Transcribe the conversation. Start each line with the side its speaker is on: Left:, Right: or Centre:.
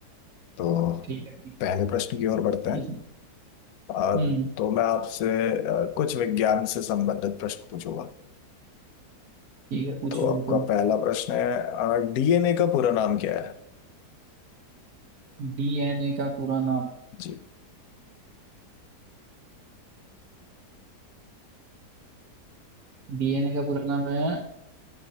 Left: तो
Right: ठीक है ठीक
Left: पहले प्रश्न की ओर बढ़ते
Right: ठीक
Left: हैं
Right: है।
Left: अ,
Right: हम्म
Left: तो मैं आपसे अ, कुछ विज्ञान से संबंधित प्रश्न पूछूंगा
Right: ठीक है पूछो
Left: तो आपका
Right: बिल्कुल
Left: पहला प्रश्न है डीएनए का पूरा नाम क्या है
Right: डीएनए का पूरा नाम
Left: जी
Right: डीएनए का पूरा नाम है